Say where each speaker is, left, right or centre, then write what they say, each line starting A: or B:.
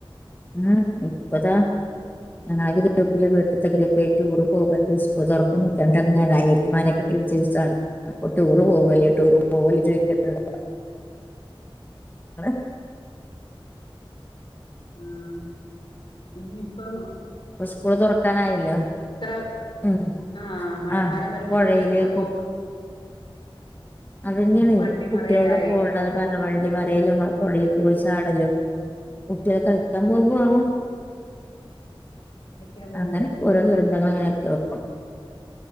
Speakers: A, on the left; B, on the left.
A: ഉം ഇപ്പതാ ഞ <unintelligible> ഇവിട്തെ ഗ്രൂപ്പില് ടൂർ പോകണ്ടേ സ് സ്കൂൾ തുറക്കുംക് രണ്ട് അനിയത്തി മാരൊക്കെ ടീച്ചേഴ്സ് ആണ് അപ്പൊ ടൂർ പോവല്ലേ ടൂർ പോവല്ലേ ചെയ്ക്ക്ന്ണ്ട് <unintelligible> <unintelligible>
B: ആഹ് ഇനി ഇപ്പം
A: ഇപ്പൊ സ്കൂള് തുറക്കാനായല്ലോ
B: എത്ര
A: ഉം
B: ആഹ് മഴക്കാലം
A: ആഹ്
B: വരുമ്പോഴത്തേക്ക്
A: പുഴയില്
B: എത്രയോ
A: കു അതെന്നേണ്
B: വണ്ടി
A: കുട്ട്യേളോട്
B: മറയലായി
A: പോണ്ടാന്ന് പറഞ്ഞ വണ്ടി മറിയലും പുഴൽ പോയി ചാടലും കുട്ട്യേള് കളിക്കാൻ പോകുമ്പോ ആവും
B: കളിക്കാൻ പോകുമ്പോഴും
A: അങ്ങനെ ഒക്കെ ഓരോ ദുരന്തങ്ങളങ്ങനെ കേൾക്കും